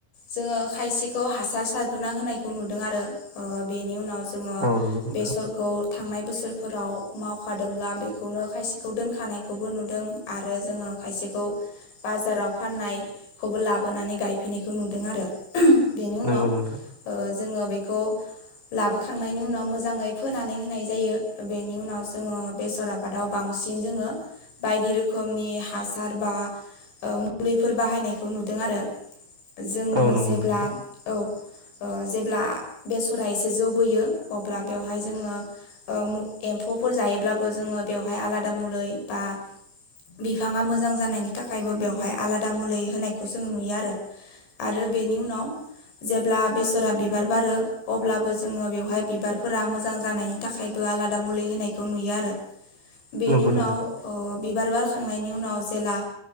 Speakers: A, on the left; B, on the right.
A: जोङो खायसेखौ हासार सारग्रोना होनायखौ नुदों आरो ओ बेनि उनाव जो जोङो
B: औ नंगौ नोंथां
A: बेसरखौ थांनाय बोसोरफोराव मावखादोंब्ला बेखौनो खायसेखौ दोनखानायखौबो नुदों आरो जोङो खायसेखौ बाजाराव फाननायखौबो लाबोनानै गायफैनायखौ नुदों आरो। बेनि उनाव
B: नंगौ नोंथां
A: ओ जोङो बेखौ लाबोखांनायनि उनाव मोजाङै फोनानै होनाय जायो बेनि उनाव जोङो बेसर आबादाव बांसिन जोङो बायदि रोखोमनि हासार बा ओ मुलिफोर बाहायनायखौ नुदों आरो जोङो
B: औ नंगौ
A: जेब्ला
B: नोंथां
A: औ ओ जेब्ला बेसरा एसे जौबोयो अब्ला बेवहाय जोङो उम एम्फौफोर जायोब्लाबो जोङो बेवहाय आलादा मुलै बा बिफाङा मोजां जानायनि थाखायबो बेवहाय आलादा मुलै होनायखौ जों नुयो आरो। आरो बेनि उनाव जेब्ला बेसरा बिबार बारो अब्लाबो जोङो बेवहाय बिबारफोरा मोजां जानाय थाखायबो आलादा मुलि होनायखौ नुयो आरो बेनि
B: नंगौ
A: उनाव
B: नोंथां
A: अह बिबार बारखांनायनि उनाव जेला